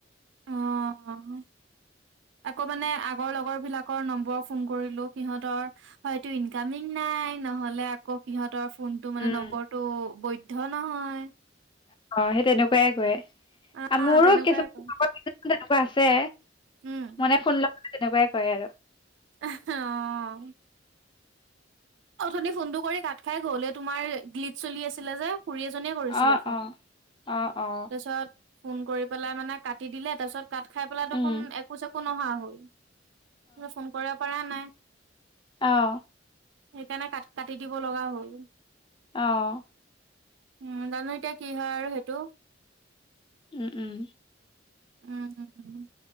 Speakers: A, on the right; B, on the left.
A: অহ আকৌ মানে আগৰ লগৰ বিলাকৰ নম্বৰ ফোন কৰিলো সিহতৰ হয়তো ইনকামিং নাই নাই নহলে আকৌ সিহঁতৰ ফোনটো মানে
B: উম
A: নম্বৰটো বৈধ নহয়
B: অ সেই তেনেকুৱা খুৰাই কৰে
A: অ
B: মোৰো
A: তেনেকুৱাই
B: কিছুমান
A: কয়
B: লগৰ তেনেকুৱা আছে
A: উম
B: মনে ফোন লগ <inaudible> তেনেকুৱাই কৰে আৰু।
A: অহ অথুনি ফোনটো কৰি কাত খাই ঘৰলে তোমাৰ গ্লিড চলি আছিলে যে খুৰী এজনীয়ে কৰিছিলে
B: অ
A: ফোন।
B: অ অ অ
A: তাৰছত ফোন কৰি পেলাই মানে কাটি দিলে তাৰ পিছত কাট খাই পেলাই
B: উম
A: দেখোন একো চেকো নহা হল মোলে ফোন কৰিব পৰা নাই।
B: আহ
A: সেইকাৰণে কাট কাটি দিব লগা হল
B: অহ্
A: উম জানো এতিয়া কি হয় আৰু সেইটো
B: উম - উম।
A: উম উম উম